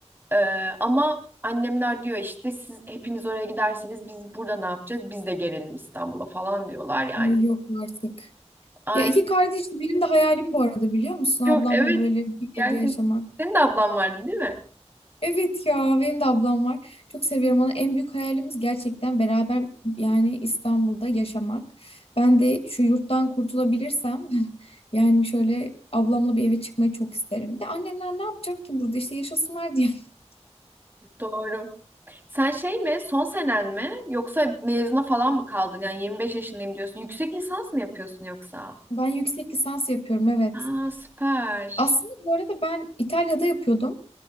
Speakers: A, on the right (about 20°); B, on the left (about 60°).
A: Ee, ama annemler diyor işte siz hepiniz oraya giderseniz biz burada ne yapacağız? Biz de gelelim İstanbul'a falan diyorlar yani.
B: Ay yok artık.
A: Aynen.
B: Ya iki kardeşim benim de hayalim bu arada biliyor musun? Ablamla
A: Yok evet
B: böyle bir evde
A: gerçekten.
B: yaşamak.
A: Senin de ablan vardı değil mi?
B: Evet ya benim de ablam var. Çok seviyorum onu. En büyük hayalimiz gerçekten beraber yani İstanbul'da yaşamak. Ben de şu yurttan kurtulabilirsem <laughs> yani şöyle ablamla bir eve çıkmayı çok isterim. Bir de annemler ne yapacak ki burada işte yaşasınlar diye. <laughs>
A: Doğru. Sen şey mi, son senen mi yoksa mezuna falan mı kaldın? Yani 25 yaşındayım diyorsun. Yüksek lisans mı yapıyorsun yoksa?
B: Ben yüksek lisans yapıyorum evet.
A: Aa süper.
B: Aslında bu arada ben İtalya'da yapıyordum.